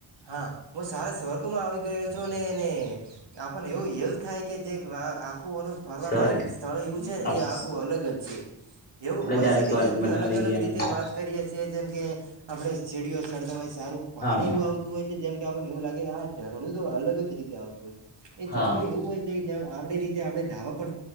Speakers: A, on the right; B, on the left.
A: હા હું સારા સ્વર્ગમાં આવી ગયો છું ને એને આપને એવું એલ થાય કે જે આખું અને ફરવાલાાયક
B: સ્વર્ગ
A: સ્થળ એવું છે ને
B: આપડે
A: એ આખું અલગ જ છે. એવું હોય
B: જાણે
A: છે
B: સ્વર્ગમાં
A: કે જેમ કે અલગ
B: આવી
A: અલગ
B: ગયા
A: રીતે વાત કરીએ છીએ જેમ કે આપડે સીડીઓ ચડતા હોય સારું પાણી
B: હોય
A: એવું
B: હા
A: આવતું હોય છે જેમ કે આપણને એવું લાગે આ ઝરણું તો અલગ જ રીતે આવતું હોય એ
B: હા.
A: ઝરણું એવું હોય છે કે જં... આપડી રીતે આપણે નાવા પણ